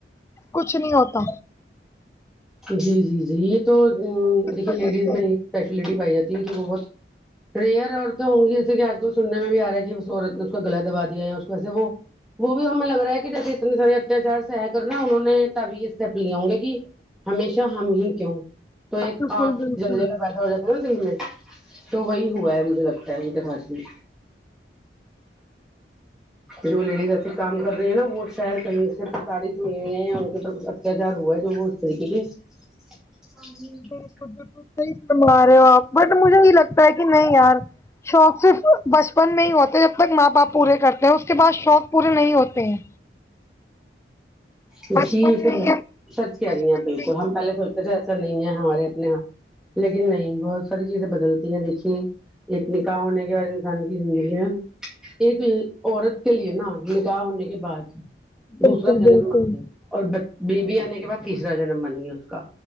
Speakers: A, on the left (about 15°); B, in the centre.
A: کچھ نہیں ہوتا
B: جی جی جی یہ تو دیکھئے
A: وجہ
B: لیڈیز
A: سے
B: میں اسپشلٹی پائی جاتی ہے کہ وہ بہت ریئر عورتیں ہوں گی جیسے کہ آج کل سننے میں بھی رہا ہے کہ اس عورت نے اس کا گلا دبا دیا ہے یا اس کو ایسے وہ وہ بھی ہمیں لگ رہا ہے کہ جیسے اتنے سارے اتیاچار سح کرنا انہوں نے تب یہ اسٹیپ لے ہوں گے کہ ہمیشہ ہم ہی کیوں تو ایک
A: بالکل
B: آگ
A: بالکل
B: جل جلا پیدا ہو جاتا ہے نا دل میں تو وہی ہوا ہے مجھے لگتا ہے ان کے ساتھ بھی جو لیڈیز ایسے کام کر رہے ہیں نا وہ شاید کہیں سے پڑت ہو ہیں یا ان کے پر کچھ اتیاچار ہوا جو وہ <unintelligible>
A: بالکل بالکل صحیح فرما رہے ہو آپ بٹ مجھے یہ لگتا ہے کہ نہیں یار شوق صرف بچپن میں ہی ہوتے جب تک ماں باپ پورے کرتے ہیں اس کے بعد شوق پورے نہیں ہوتے ہیں
B: جی
A: بچپن
B: یہ تو
A: میں
B: ہے
A: ہی
B: سچ کہہ
A: بچپن
B: رہی ہیں بالکل
A: میں ہی
B: ہم پہلے سوچتے تھے نہیں ہے ہمارے اپنے یہاں لیکن نہیں بہت ساری چیزیں بدلتی ہیں دیکھیے ایک نکاح ہونے کے بعد انسان ہے ایک عورت کے لیے نا نکاح ہونے کے بعد دوسرا
A: بالکل
B: جنم
A: بالکل
B: اور بیبی آنے کے بعد تیسرا جنم بن گیا اس کا